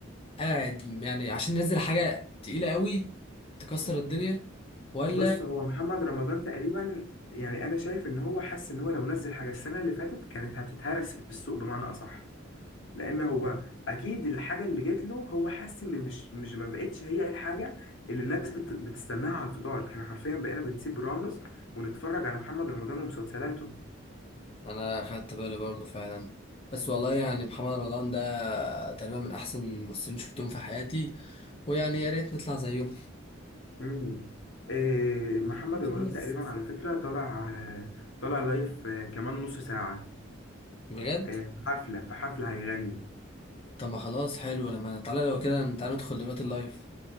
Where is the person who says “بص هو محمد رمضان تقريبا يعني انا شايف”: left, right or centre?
Left